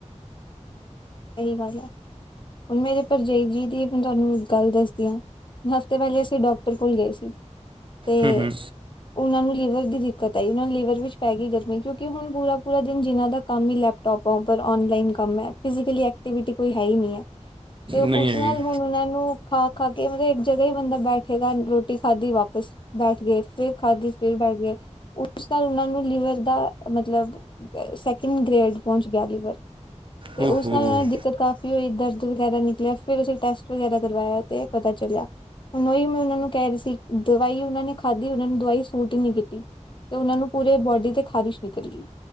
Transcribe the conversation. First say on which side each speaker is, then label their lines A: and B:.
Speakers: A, on the left (about 40°); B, on the right (about 45°).
A: ਏਹੀ ਗੱਲ ਐ, ਹੁਣ ਮੇਰੇ ਪਰਜਾਈ ਜੀ ਦੀ ਮੈਂ ਤਾਨੂੰ ਗੱਲ ਦਸਦੀ ਆ। ਹੁੁਣ ਹਫ਼ਤੇ ਪੈਲੇ ਅਸੀਂ ਡਾਕਟਰ ਕੋਲ ਗਏ ਸੀ। ਤੇ
B: ਹੂੰ ਹੂੰ
A: ਓਨਾਂ ਨੂੰ ਲੀਵਰ ਦੀ ਦਿੱਕਤ ਆਈ, ਓਨਾ ਨੂੰ ਲੀਵਰ ਵਿੱਚ ਪੈ ਗੀ ਗਰਮੀ। ਕਿਉਂਕਿ ਹੁਣ ਪੂਰਾ ਪੂਰਾ ਦਿਨ ਜਿਨਾਂ ਦਾ ਕੰਮ ਈ ਲੈਪਟੋਪਾਂ ਉੱਪਰ ਔਨਲਾਈਨ ਕੰਮ ਐ। ਫਿਜ਼ਕਲੀ ਐਕਟੀਵਿਟੀ ਕੋਈ ਹੈ ਈ ਨੀ ਐ, ਤੇ
B: ਨਹੀਂ
A: ਉਸ
B: ਹੈਗੀ
A: ਨਾਲ ਹੁਣ ਓਨਾਂ ਨੂੰ ਖਾ-ਖਾ ਕੇ ਮਤਲਬ ਇੱਕ ਜਗ੍ਹਾ ਈ ਬੰਦਾ ਬੈਠੇਗਾ, ਰੋਟੀ ਖਾਧੀ ਵਾਪਸ ਬੈਠ ਗੇ। ਫੇਰ ਖਾਧੀ ਫਿਰ ਬੈ ਗੇ, ਉਸ ਨਾਲ ਓਨਾਂ ਨੂੰ ਲਿਵਰ ਦਾ ਮਤਲਬ ਸੈਕਿੰਡ ਗ੍ਰੇਡ ਪਹੁੰਚ ਗਿਆ ਲਿਵਰ ਤੇ
B: ਓਹ
A: ਉਸ
B: ਹੋ
A: ਨਾਲ
B: ਹੋ
A: ਓਨਾਂ ਦੀ ਤੇ ਕਾਫ਼ੀ ਹੋਈ ਦਰਦ ਵਗੈਰਾ ਨਿਕਲਿਆ, ਫੇਰ ਅਸੀ ਟੈਸਟ ਵਗੈਰਾ ਕਰਵਾਇਆ ਤੇ ਪਤਾ ਚਲਿਆ। ਹੁਣ ਓਈ ਮੈਂ ਓਨਾਂ ਨੂੰ ਕੈ ਰੀ ਸੀ, ਦਵਾਈ ਓਨਾਂ ਨੇ ਖਾਧੀ ਓਨਾਂ ਨੂੰ ਦਵਾਈ ਸੂਟ ਈ ਨੀ ਕੀਤੀ। ਤੇ ਓਨਾਂ ਨੂੰ ਪੂਰੇ ਬੋਡੀ ਤੇ ਖ਼ਾਰਿਸ਼ ਨਿਕਲ ਗੀ,